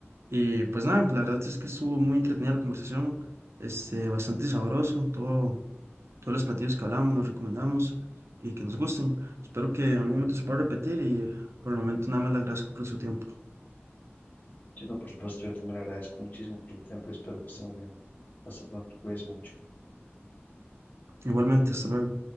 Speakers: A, on the right (about 75°); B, on the left (about 40°).
A: Y pues nada, la verdad es que estuvo muy entretenida la conversación, este, bastante sabroso, todo, todos los platillos que hablamos, nos recomendamos y que nos gusten. Espero que en algún momento se pueda repetir y por el momento nada más le agradezco por su tiempo.
B: Sí, no, por supuesto, yo también le agradezco muchísimo por su tiempo y espero que esté muy bien. Hasta pronto, cuídese mucho.
A: Igualmente, hasta luego.